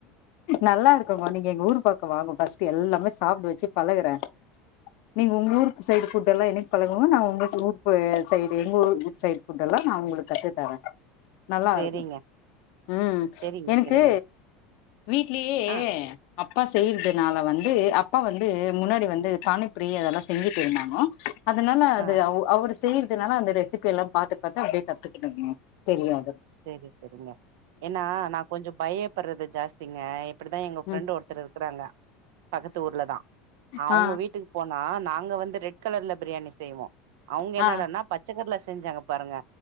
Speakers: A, on the left; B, on the right.
A: நல்லா இருக்கங்கோ நீங் எங் ஊரு பக்கோ வாங்கோ பஸ்ட்டு எல்லாமே சாப்ட வச்சி பழகுற நீங்க உங்க ஊருக் சைடு ஃபுட்டெல்லா என்னிக் பழகறமோ நா உங்குள்க்கு ரூப்பு சைடு எங்க ஊர் உ சைட் ஃபுட்டல்லா நா உங்ளு கத்து தர நல்லாருக்கு
B: செரிங்க
A: ம்
B: செரிங்க
A: எனக்கு
B: செரிங்க
A: வீட்லியேயே
B: ஆ
A: அப்பா செய்யற்துனால வந்து அப்பா வந்து முன்னாடி வந்து பாணிப்பரி அதெல்லா செஞ்சிட் இருந்தாங்கோ அதனால அது
B: ஆ
A: அவ் அவ்ரு செய்யிற்துனால அந்த ரெசிபி எல்லா பாத்து பாத்து அப்டே கத்துக் தெரியாது
B: சரி சரிங்க ஏன்னா நா கொஞ்சு பயப்பர்றது ஜாஸ்திங்க எ ப்டிதா எங்க ஃப்ரெண்டு
A: ம்
B: ஒருத்துரு இருக்குறாங்க பக்கத்து ஊர்ல தா
A: ஆ
B: அவ்ங்க வீட்டுக் போனா நாங்க வந்து ரெட் கலர்ல பிரியாணி செய்வோ அவ்ங்
A: ஆ
B: என்னாடான்னாப் பச்சக்கர்ல செஞ்சாங்க பாருங்க